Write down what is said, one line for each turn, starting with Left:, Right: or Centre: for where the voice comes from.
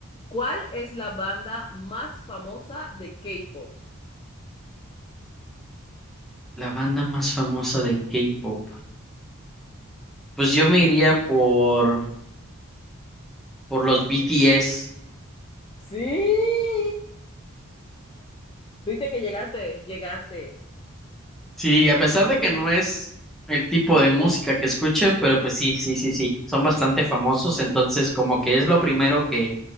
Left: ¿Cuál es la banda más famosa de K-pop?
Centre: la banda más famosa de K-pop. Pues yo me iría por, por los BTS.
Left: Sí. Viste que llegaste, llegaste.
Centre: Sí, a pesar de que no es el tipo de música que escuche, pero pues sí, sí, sí, sí, son bastante famosos, entonces como que es lo primero que,